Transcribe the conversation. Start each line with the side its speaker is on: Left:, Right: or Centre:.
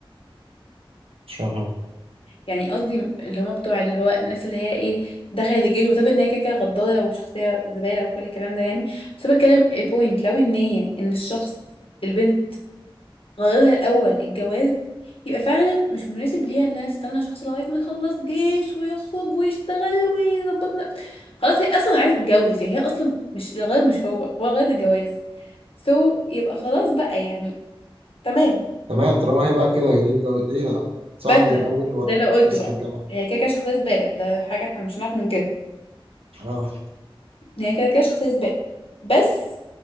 Right: مش فاهم حاجة
Left: يعني قصدي اللي هما بتوع اللي هو الناس اللي هي ايه دخلت الجيش وتبقى ان هي كده كده غدارة وشخصية زبالة وكل الكلام ده يعني بس أنا بتكلم البوينت لو ان هي ان الشخص البنت غرضها الأول الجواز يبقى فعلا مش مناسب ليها انها تستنى شخص لغاية ما يخلص جيش ويخرج ويشتغل ويظبط نفسه خلاص هي اصلا عايزة تتجوز يعني هي اصلا مش الغرض مش هو هو الغرض الجواز سو يبقى خلاص بقى يعني تمام
Right: تمام طالما هي بقى كده ليه الجو- ليه صاحبة
Left: بس
Right: الأول وواحد
Left: ده اللي قلته
Right: لسه
Left: بقى
Right: في الجامعة
Left: هي كده كده شخصية زبالة ده حاجة احنا مش هنعرف ننكرها
Right: اه
Left: هي كده كده شخصية زبالة بس